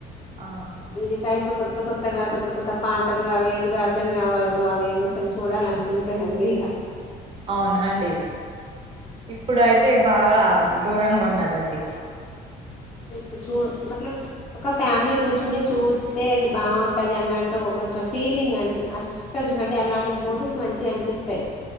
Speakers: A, on the right; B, on the left.
A: ఆహా.
B: ఇది సాయిబడు కొత్త కొత్తగాక కొత్త కొత్త పాటలు అవి ఏంటిదో అర్థమవ్వవు అవి ఏమ అసలు చూడాల అనిపించడండి ఇగ
A: అవును అండి ఇప్పుడు అయితే బాగా ఘోరంగా ఉన్నదండి
B: కు చో మలం ఒక ఫ్యామిలీ కూర్చుంటే చూస్తే అది బాగుంటది అన్నట్టు కొంచెం ఫీలింగ్ అని అస్తారు చూడండి అలాంటి మూవీస్ మంచిగా అనిపిస్తాయి